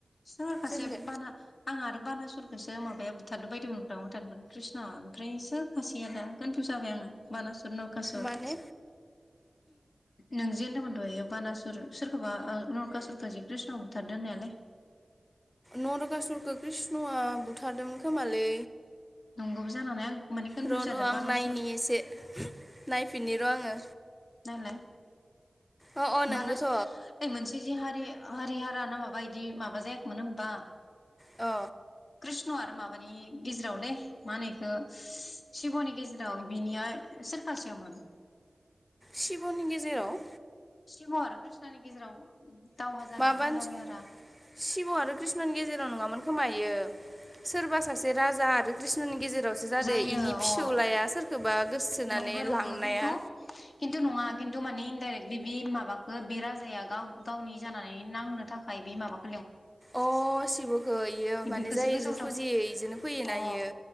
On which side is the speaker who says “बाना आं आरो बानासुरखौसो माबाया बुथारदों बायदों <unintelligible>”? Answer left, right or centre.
Left